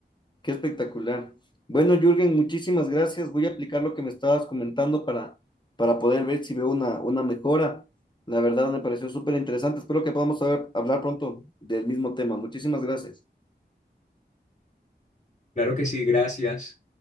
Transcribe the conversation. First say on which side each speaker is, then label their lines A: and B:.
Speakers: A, on the left (about 25°); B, on the left (about 40°).
A: qué espectacular. Bueno, Jürgen, muchísimas gracias. Voy a aplicar lo que me estabas comentando para, para poder ver si veo una, una mejora. La verdad me pareció súper interesante. Espero que podamos hablar hablar pronto del mismo tema. Muchísimas gracias.
B: Claro que sí, gracias.